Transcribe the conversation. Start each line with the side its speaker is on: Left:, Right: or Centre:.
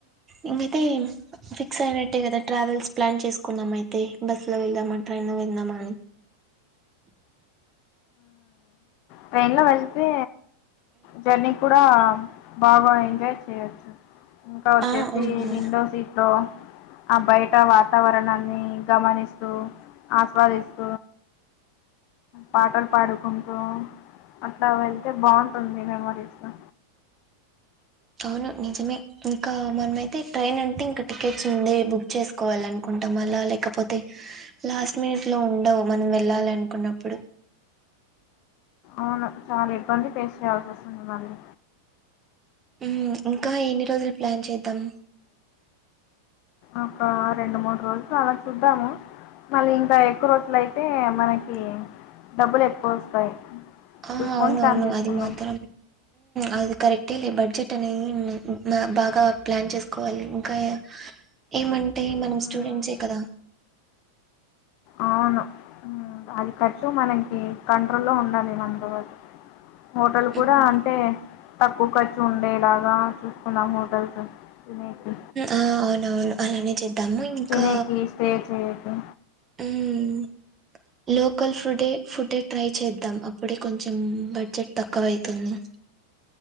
Right: ఇకయితే ఫిక్స్ అయినట్టే కదా ట్రావెల్స్ ప్లాన్ చేసుకున్నాం అయితే బస్ లో వెళ్దామా ట్రైన్ లో వెళ్దామని
Left: ట్రైన్ లో వెళ్తే జర్నీ కూడా బాగా ఎంజాయ్ చేయొచ్చు ఇంకా వచ్చేసి
Right: ఆ అవునవును
Left: విండో సీట్ లో ఆ బయట వాతావరణాన్ని గమనిస్తూ ఆస్వాదిస్త పాటలు పాడుకుంటూ అట్లా వెళ్తే బాగుంటుంది మెమరీస్ లో
Right: అవును నిజమే ఇంకా మనమైతే ట్రైన్ అంటే ఇంకా టికెట్స్ ముందే బుక్ చేసుకోవాల అనుకుంటు ఉంటాం అలా లేకపోతే లాస్ట్ మినిట్ లో ఉండవు మనం వెళ్ళాలి అనుకున్నప్పుడు
Left: అవును చాలా ఇబ్బంది పేస్ చేయాల్సి వస్తుంది మళ్ళీ
Right: హ్మ్మ్ ఇంకా ఎన్ని రోజులు ప్లాన్ చేద్దాం
Left: ఒక రెండు మూడు రోజులు అలా చూద్దాము మళ్ళ ఇంకా ఎక్కువ రోజులు అయితే మనకి డబ్బులు ఎక్కువ వస్తాయి
Right: ఆ
Left: చూసుకొని
Right: అవునవును
Left: ప్లాన్ చేసుకుందాం
Right: అది మాత్ర అది కరెక్టే లే బడ్జెట్ అనేది బాగా ప్లాన్ చేసుకోవాలి ఇంకా ఏమంటే మనం
Left: మ్మ్.
Right: స్టూడెంట్సే కదా
Left: అవును ఉ అది ఖర్చు మనకి కంట్రోల్ లో ఉండాలి <unintelligible> హోటల్
Right: హ్మ్.
Left: కూడా అంటే తక్కువ ఖర్చు ఉండేలాగా చూసుకున్నాం హోటల్స్ తినేకి
Right: ఆ అవునవును అలానే చె అన్ని ఇంకా
Left: తినేకి స్టే చేయేకి
Right: ఉమ్ లోకల్ ఫుడే ఫుడే ట్రై చేద్దాం అప్పుడే కొంచెం బడ్జెట్ తక్కువైతుంది